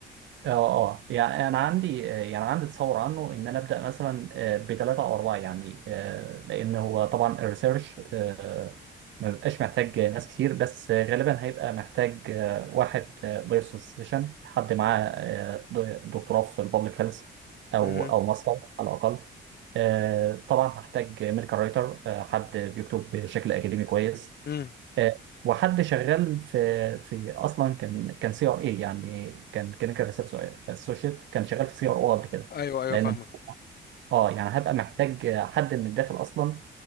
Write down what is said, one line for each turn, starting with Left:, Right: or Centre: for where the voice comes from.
Right: اه اه يعني انا عندي آه، يعني عندي تصور عنه ان انا ابدا مثلا آه، بثلاثه او اربعه يعني آه، لان هو طبعا الريسيرش آه، ما بيبقاش محتاج ناس كتير بس آه، غالبا هيبقى محتاج آه، واحد بيرسوسيشن حد معاه آه، د- دكتوراه في البابليك هيلث او
Left: مهم.
Right: او ماستر على الاقل آه، طبعا هحتاج ميديكال رايتر حد بيكتب بشكل اكاديمي كويس
Left: مم.
Right: آه، وحد شغال في في اصلا كان كان سي ار اي يعني كان كلينيكال ريسيرش اسوشيت كان شغال في سي ار او قبل كده
Left: ايوه ايوه
Right: لان
Left: فاهمك
Right: اه يعني هبقى محتاج حد من الداخل اصلا